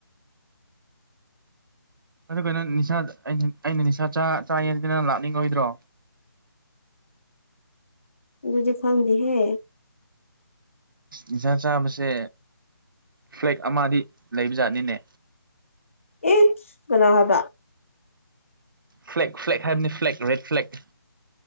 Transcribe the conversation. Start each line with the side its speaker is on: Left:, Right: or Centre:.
Right: ꯑꯗꯨ ꯀꯩꯅꯣ ꯅꯤꯁꯥ ꯑꯩꯅ ꯅꯤꯁꯥ ꯆ ꯆꯥꯌꯦꯗꯤ ꯅꯪ ꯂꯥꯛꯅꯤꯡꯉꯣꯏꯗ꯭ꯔꯣ
Left: ꯑꯥꯗꯨꯗꯤ ꯈꯪꯗꯦꯍꯦ
Right: ꯅꯤꯁꯥ ꯆꯥꯕꯁꯦ ꯐ꯭ꯂꯦꯛ ꯑꯃꯗꯤ ꯂꯩꯕꯖꯥꯠꯅꯤꯅꯦ
Left: ꯏꯁ ꯀꯅꯥ ꯍꯥꯏꯕ
Right: ꯐ꯭ꯂꯦꯛ ꯐ꯭ꯂꯦꯛ ꯍꯥꯏꯕꯅꯤ ꯐ꯭ꯂꯦꯛ ꯔꯦꯠ ꯐ꯭ꯂꯦꯛ